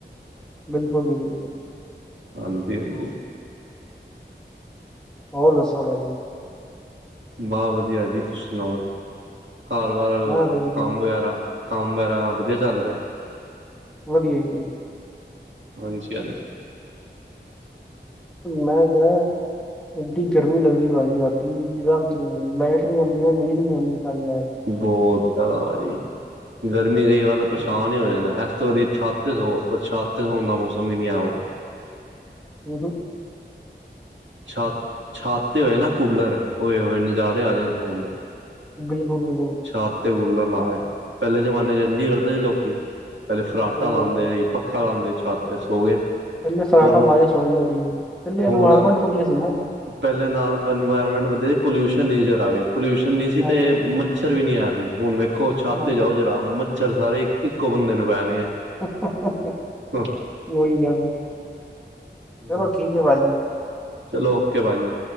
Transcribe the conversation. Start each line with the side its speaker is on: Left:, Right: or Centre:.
Centre: ਬਿਲਕੁਲ ਜੀ ਬਿਲਕੁਲ।
Right: ਹਾਂਜੀ -ਹਾਂਜੀ।
Centre: ਹੋਰ ਦੱਸੋ ਭਾਜੀ?
Right: ਬਹ ਵਧੀਆ ਜੀ, ਤੁਸੀਂ ਸੁਣਾਓ, ਘਰ ਬਾਰ
Centre: ਮੈਂ ਤਾਂ ਵਧੀਆ
Right: ਕੰਮ ਵਗੈਰਾ ਕੰਮ ਵਗੈਰਾ ਵਧੀਆ ਚੱਲ ਰਿਹਾ?
Centre: ਵਧੀਆ ਜੀ ਵਧੀਆ।
Right: ਹਾਂਜੀ -ਹਾਂਜੀ।
Centre: ਮੈਂ ਕਿਹਾ, ਏਡੀ ਗਰਮੀ ਲੱਗਦੀ ਬ ਰਾਤੀ ਸੀਗਾ ਆਉਂਦੀ ਨੀਂਦ ਵੀ ਆਉਂ ਪਾਈ ਐ।
Right: ਬਹੁਤ ਜ਼ਿਆਦਾ ਭਾਜੀ, ਗਰਮੀ ਦੀ ਵਾਰ ਤਾਂ ਪਰੇਸ਼ਾਨ
Centre: ਹਮ,
Right: ਹੀ ਹੋ ਜਾਣਾ ਐਸ ਛੱਤ ਤੇ ਸੌਂ ਪਰ ਛੱਤ ਤੇ ਸੋਣ ਦਾ ਮੌਸਮ ਵੀ ਨਹੀਂ ਆਇਆ ਹੁਣ।
Centre: ਅ, ਹੂੰ
Right: ਛਤ -ਛਤ ਤੇ ਹੋਏ ਨਾ ਕੂਲਰ, ਓਏ ਹੋਏ ਨਜ਼ਾਰੇ ਆ ਜਾਣ ਸੋਣ ਦੇ।
Centre: ਬਿਲਕੁਲ ਜੀ ਬਿਲਕੁਲ।
Right: ਛੱਤ ਤੇ ਕੂਲਰ ਲਾਵੇ, ਪਹਿਲੇ ਜ਼ਮਾਨੇ ਚ ਇੰਝ ਹੀ ਕਰਦੇ ਸੀ ਲੋਕੀ, ਪਹਿਲੇ ਫਰਾਟਾ
Centre: ਸਹੀ
Right: ਲਾਂਦੇ
Centre: ਗੱਲ ਹੈ
Right: ਸੀ ਪੱਖਾ ਲਾਂਦੇ ਹੀ ਛੱਤ ਤੇ ਸੋ ਗਏ।
Centre: ਪਹਿਲੇ ਸਲਾਟਾ
Right: ਪਰ
Centre: ਲਾ ਕੇ ਸੋ ਜਾਂਦੇ ਸੀ, ਪਹਿਲੇ ਇਨਵਾਇਰਮੈਂਟ
Right: ਹੁਣ
Centre: ਵਧੀਆ ਸੀ ਨਾ।
Right: ਪਹਿਲੇ ਨਾਰ ਇਨਵਾਇਰਮੈਂਟ ਵਧੀਆ ਸੀ, ਪੋਲਿਊਸ਼ਨ ਨਹੀਂ ਜਰਾ ਵੀ, ਪੋਲਿਊਸ਼ਨ ਨਹੀਂ ਸੀ
Centre: ਹਾਂਜੀ
Right: ਤੇ ਮ ਛਰ ਵੀ ਨਹੀਂ ਹੈ ਸੀ, ਹੁਣ ਵੇਖੋ ਛੱਤ
Centre: ਹਾਂਜੀ।
Right: ਤੇ ਜਾਓ ਜਰਾ ਮੱਛਰ ਸਾਰੇ ਇੱਕੋ ਬੰਦੇ ਨੂੰ ਪੈਣਗੇ।
Centre: <unintelligible>
Right: ਹੂੰ।
Centre: ਉਈ ਗੱਲ, ਚਲੋ
Right: ਬਸ
Centre: ਠੀਕ ਐ ਭਾਜੀ।
Right: ਚਲੋ ਓਕੇ ਭਾਜੀ।